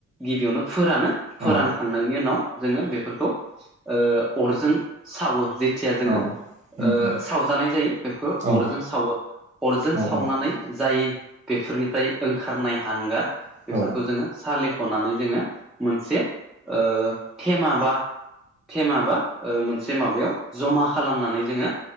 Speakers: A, in the centre; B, on the right.
A: गिबियावनो फोरानो फोरानखांनायनि
B: औ
A: उनाव जोङो बेफोरखौ ओ अरजों सावो जे थिया जोङो
B: औ उम
A: ओ
B: उम
A: सावजानाय जायो बेखौ
B: औ
A: अरजों सावो अरजों
B: औ
A: सावनानै जाय बेफोरनिफ्राय ओंखारनाय हांगार
B: औ
A: बेफोरखौ
B: औ
A: जोङो सालिख'नानै जोङो मोनसे ओ थेमा बा थेमा बा ओ मोनसे माबायाव जमा खालामनानै जोङो